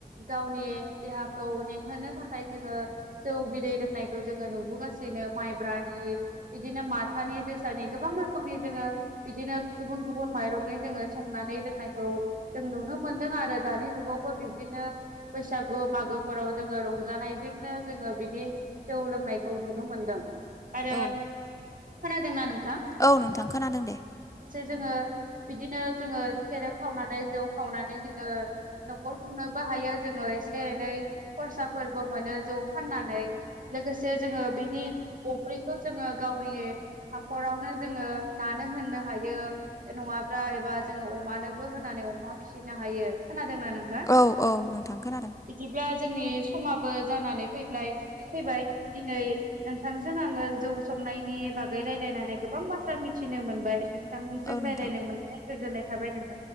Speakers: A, on the right; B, on the left.
A: गावनि देहा खौ मेंहोनो थाखाय जोङो जौ बिदै लोंनायखौ जोङो नुबोगासिनो माइब्रानि, बिदिनो माथानि, जोसानि गोबां रोखोमनि जोङो बिदिनो गुबुन गुबुन माइरङै जोङो संनानै दोननायखौ जों नुनो मोनदों आरो दानि जुगावबो बिदिनो बैसागु मागोफोराव जोङो रंजानायजोंनो जोङो बिदि जौ लोंनायखौ नुनो मोनदों आरो
B: औ
A: खोनादोंना नों
B: औ नोंथां खोनादों दे।
A: जोङो बिदिनो जोङो सेरेब खावनानै जौ खावनानै जोङो न'खर खुंनोबो हायो, जोङो एसे एनै खरसाफोरबो मोनो जौ फाननानै लोगोसे जोङो बेनि अफ्रिखौ जोङो गावनि हाखरावनो जोङो नानो होनो हायो, नङाब्ला एबा जोङो अमानोबो होनानै अमा फिसि नो हायो। खोनादोंना नोंथां?
B: औ औ नोंथां खोनादों
A: बिदिब्ला जोंनि समाबो जानानै फैबाय फैबाय, दिनै नोंथांजों आङो जौ संनायनि बागै रायज्लायनानै गोबां बाथ्रा मिथिनो मोनबाय नोंथांजों रायज्लायनो
B: औ नोंथां
A: मोननानै। गोजोननाय थाबाय नोंथां।